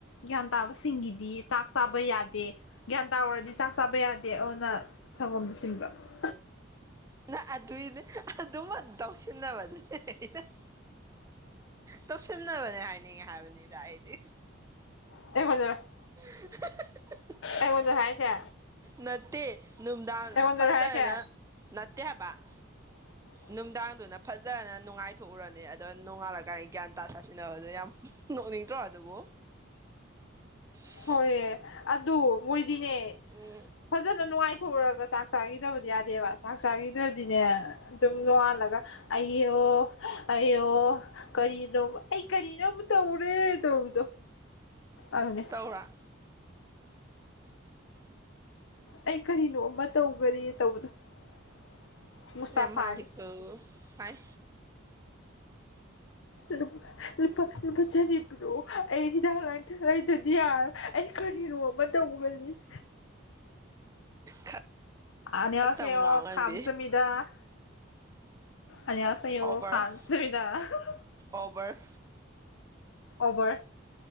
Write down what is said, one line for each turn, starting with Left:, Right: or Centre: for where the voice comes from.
Left: ꯒ꯭ꯌꯥꯟ ꯇꯥꯕꯁꯤꯡꯒꯤꯗꯤ ꯆꯥꯛ ꯆꯥꯕ ꯌꯥꯗꯦ ꯫ ꯒ꯭ꯌꯥꯟ ꯇꯥꯔꯨꯔꯗꯤ ꯆꯥꯛ ꯆꯥꯕ ꯌꯥꯗꯦ ꯑꯗꯨꯅ ꯁꯪꯒꯣꯝ ꯁꯤꯟꯕ ꯫
Right: ꯅ ꯑꯗꯨꯏꯅꯦ ꯑꯗꯨꯝ ꯇꯧꯁꯤꯟꯅꯕꯗꯨꯅꯦ ꯇꯧꯁꯤꯟꯅꯅꯕꯅꯦ ꯍꯥꯏꯅꯤꯡꯉꯦ ꯍꯥꯏꯕꯅꯤꯗ ꯑꯩꯗꯤ
Left: <unintelligible>
Right: <unintelligible>
Left: ꯑꯩꯉꯣꯟꯗ ꯍꯥꯏꯁꯦ
Right: ꯅꯠꯇꯦ ꯅꯨꯡꯗꯥꯡꯗꯅ
Left: ꯑꯩꯉꯣꯟꯗꯔ
Right: ꯐꯖꯅ
Left: ꯍꯥꯏꯁꯦ
Right: ꯅꯠꯇꯦ ꯍꯥꯏꯕ ꯫
Left: <inaudible>
Right: ꯅꯨꯡꯗꯥꯡꯗꯨꯅ ꯐꯖꯅ ꯅꯨꯡꯉꯥꯏꯊꯣꯛꯎꯔꯅꯤ ꯑꯗꯣ ꯅꯣꯡꯉꯥꯜꯂꯀꯥꯟꯗ ꯒ꯭ꯌꯥꯟ ꯇꯥ ꯁꯥꯁꯤꯟꯅꯕꯗꯣ ꯌꯥꯝ ꯅꯣꯛꯅꯤꯡꯗꯔꯣ ꯑꯗꯨꯕꯣ ꯫ <unintelligible>
Left: ꯍꯣꯏꯌꯦ ꯑꯗꯨ ꯃꯣꯏꯗꯤꯅꯦ
Right: ꯎꯝ
Left: ꯐꯖ ꯅꯨꯡꯉꯥꯏꯊꯣꯛꯎꯒ ꯆꯥꯛ ꯆꯥꯈꯤꯗꯕꯗꯤ ꯌꯥꯗꯦꯕ ꯆꯥꯛ ꯆꯥꯈꯤꯗ꯭ꯔꯗꯤꯅꯦ ꯑꯗꯨꯝ ꯅꯣꯡꯉꯥꯜꯂ ꯑꯌꯣ ꯑꯌꯣ ꯀꯔꯤꯅꯣ ꯑꯩ ꯀꯔꯤꯅꯣ ꯇꯧꯔꯦ ꯇꯧꯕꯗꯣ ꯑꯗꯨꯅꯦ ꯫
Right: ꯇꯧꯔꯥ
Left: ꯑꯩ ꯀꯔꯤꯅꯣ ꯑꯃ ꯇꯧꯒꯔꯦ ꯇꯧꯕꯗꯣ ꯫ ꯃꯨꯁꯇꯥꯥꯐꯥꯒꯤ
Right: ꯌꯥꯝ ꯃꯥꯜꯂꯤꯀꯣ ꯃꯥꯏ
Left: ꯂꯨ ꯂꯨꯄꯥ ꯆꯅꯤ ꯄꯤꯔꯛꯑꯣ ꯑꯩ ꯍꯤꯗꯥꯛ ꯂꯥꯡꯊꯛ ꯂꯩꯗꯔ ꯗꯤ ꯌꯥꯔꯣ ꯑꯩ ꯀꯔꯤꯅꯣ ꯑꯃ ꯇꯧꯒꯅꯤ ꯫
Right: ꯈꯔ
Left: ꯑꯅꯤꯌꯥꯁꯩꯌꯤ
Right: ꯇꯝ ꯉꯥꯡꯉꯗꯤ
Left: ꯈꯥꯝꯁꯃꯤꯗꯥ ꯫ ꯑꯅꯤꯌꯥꯁꯩꯌꯣ
Right: ꯑꯣꯕꯔ
Left: ꯈꯥꯝꯁꯃꯤꯗꯥ ꯫
Right: ꯑꯣꯕꯔ
Left: ꯑꯣꯕꯔ